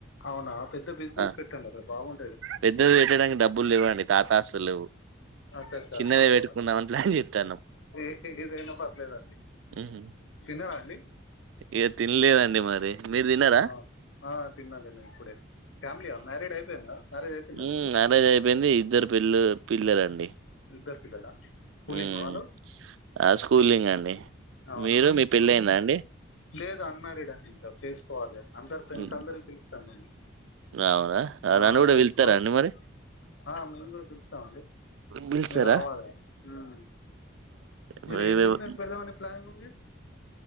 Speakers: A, on the left (about 75°); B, on the right (about 75°).
A: అవునా పెద్ద బిజినెస్
B: ఆ
A: పెట్టండి అక్కడ బాగుం
B: పెద్దది పెట్టడానికి డబ్బులు లేవండి తాతస్తులు
A: అచ్చ అచ్చ
B: చిన్నదే
A: ఆహా
B: పెట్టుకుందామని ప్లాన్ చేత్తనం.
A: ఏ ఏదైనా పర్లేదండి
B: హ్మ్
A: తిన్నారా అండి
B: ఇగ తినలేదండి మరి. మీరు తిన్నారా
A: ఆ ఆ తిన్నాతిన్న ఇప్పుడే ఫ్యామిలీయా మ్యారీడ్ అయిపోయిందా. మ్యారేజ్ అయిపోయిందా
B: హ్మ్
A: మీకు
B: మ్యారేజ్ అయిపోయింది ఇద్దరు పిల్లలు. పిల్లలండి.
A: ఇద్దరు పిల్లలా స్కూలింగా
B: హ్మ్
A: వాళ్ళు
B: ఆ స్కూలింగ్ అండి.
A: అవునా
B: మీరు మీ పెళ్ళయిందా
A: ఆహా.
B: అండి.
A: లేదు అన్మారీడ్ అండి ఇంకా చేసుకోవాలే. అందరు ఫ్రెండ్సందరికి
B: హ్మ్.
A: పిలుస్తాను
B: అవునా
A: ఆ
B: నన్ను కూడా
A: చేసుకోవాలే
B: పిలుత్తారా అండి మరి
A: ఆ మిమ్మల్ని కూడా పిలుస్తామండి
B: పిలుస్తారా
A: మీరు రావాలే. హ్మ్ మీరు
B: ఓకే,
A: ఏ బిజినెస్ పెడదామని ప్లానింగ్ ఉంది.